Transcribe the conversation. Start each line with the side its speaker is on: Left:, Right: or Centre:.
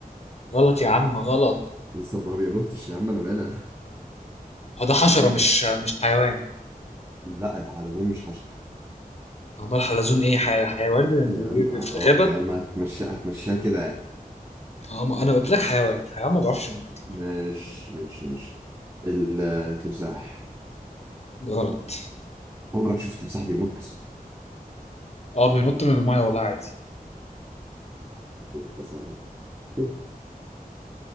Left: غلط يا عم غلط
Right: لسه ما بينطش يا عم انا مالي انا
Left: هو ده حشرة
Right: <laughs>
Left: مش مش حيوان
Right: لا الحلزون مش حشرة
Left: امال حلزون ايه حي... حيوان يعني
Right: يا
Left: بي-
Right: عم
Left: بي-
Right: آه،
Left: في الغابة
Right: يا عم هتمشي هتمشيها كده يعني
Left: اه ما انا قلت لك حيوان حيوان ما بيعرفش ينط.
Right: مش مش مش التمساح
Left: غلط
Right: عمرك شفت تمساح بينط؟
Left: اه بينط من المايه والله عادي
Right: ده صعب <laughs>